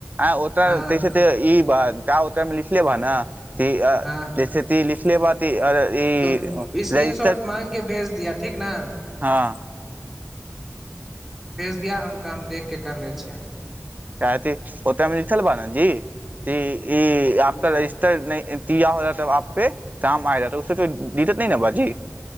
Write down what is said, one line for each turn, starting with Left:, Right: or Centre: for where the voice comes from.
Right: आ ओ त
Centre: हँ
Right: तहिसे ते इ बा ता ओ त लिखले बा ना <inaudible> <unintelligible> ती
Centre: हँ
Right: जैसे ती लिखले बातीर ई
Centre: तऽ स्क्रीन
Right: रजिस्टर
Centre: शॉट माँग के भेज दिया ठीक न
Right: हँ
Centre: प्रिया हम काम देखके कर लै छिय
Right: <unintelligible> कह ओ तऽ नखल बा ने जी ईपक रजिस्टर हो तऽ आ पे काम आ उ दिक्कत न ने बाजी